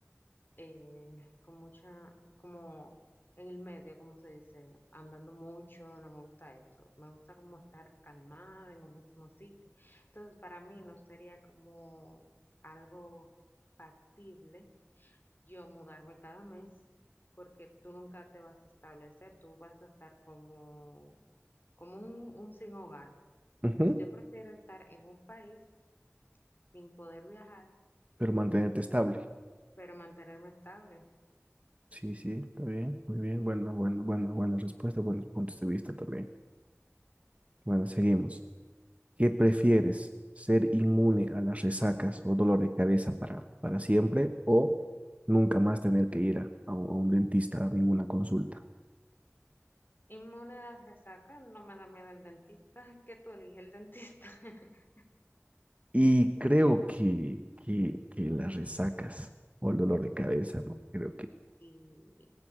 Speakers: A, on the left; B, on the right.
A: eh, con mucha, como en el medio, como se dice, andando mucho, no me gusta eso. Me gusta como estar calmada en un mismo sitio. Entonces, para mí no sería como algo factible yo mudarme cada mes, porque tú nunca te vas a establecer, tú vas a estar como, como un, un sin hogar.
B: Ujú.
A: Entonces yo prefiero estar en un país sin poder viajar,
B: pero mantenerte estable.
A: pero mantenerme estable.
B: Sí, sí, está bien, muy bien. Buena, buena, buena, buena respuesta, buenos puntos de vista también. Bueno, seguimos. ¿Qué prefieres? ¿Ser inmune a las resacas o dolor de cabeza para, para siempre o nunca más tener que ir a, a un a un dentista a ninguna consulta?
A: Inmune a las resacas, no me da miedo el dentista, <laughs> que tú eliges el dentista. <laughs>
B: Y creo que, que, que las resacas o el dolor de cabeza, ¿no? Creo que,
A: Y